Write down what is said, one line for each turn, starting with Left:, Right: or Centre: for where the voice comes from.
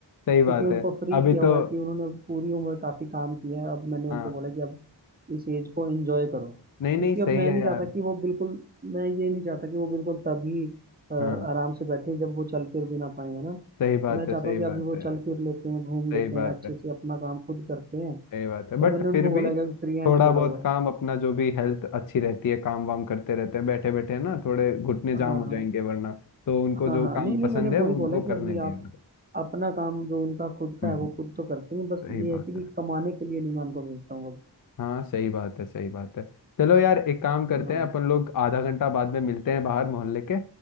Left: सही बात
Right: क्योंकि उनको
Left: है
Right: फ्री
Left: अभी
Right: किया हुआ
Left: तो
Right: है कि उन्होंने पूरी उम्र काफी काम किया है अब मैंने उनको
Left: हाँ
Right: बोला कि अब इस एज को एंजॉय करो
Left: नहीं नहीं
Right: क्योंकि
Left: सही
Right: अब मैं
Left: है
Right: नहीं
Left: यार
Right: चाहता कि वो बिल्कुल मैं ये नहीं चाहता कि वो बिल्कुल तभी अ, आराम
Left: हाँ
Right: से बैठे जब वो चल फिर भी ना पाए है ना
Left: सही बात
Right: मैं चाहता
Left: है सही
Right: हूँ कि
Left: बात
Right: अभी वो
Left: है यार
Right: चल फिर लेते हैं घूम
Left: सही
Right: लेते हैं
Left: बात
Right: अच्छे
Left: है
Right: से अपना काम खुद करते हैं
Left: सही बात है
Right: तो
Left: बट
Right: मैंने उनको
Left: फिर
Right: बोला
Left: भी
Right: है कि अभी फ्री हैंड
Left: थोड़ा
Right: छोड़ा
Left: बहुत
Right: हुआ
Left: काम
Right: है
Left: अपना जो भी हेल्थ अच्छी रहती है काम वाम करते रहते हैं बैठे बैठे ना थोड़े घुटने
Right: हाँ
Left: जाम हो
Right: हाँ
Left: जाएंगे वरना तो उनको
Right: हाँ
Left: जो
Right: हाँ
Left: काम
Right: नहीं नहीं
Left: पसंद
Right: मैंने
Left: है
Right: वही
Left: वो उनको
Right: बोला कि
Left: करने
Right: अभी
Left: दिया
Right: आप
Left: करो।
Right: अपना काम जो उनका खुद का
Left: हम्म
Right: है
Left: हम्म,
Right: वो खुद तो करते हैं बस
Left: सही
Right: ये
Left: बात
Right: है कि
Left: है
Right: कमाने के लिए नहीं मैं उनको भेजता हूँ अब
Left: हाँ सही बात है सही बात है चलो यार एक काम करते
Right: हाँ
Left: हैं अपन लोग आधा घंटा बाद में मिलते हैं बाहर मोहल्ले के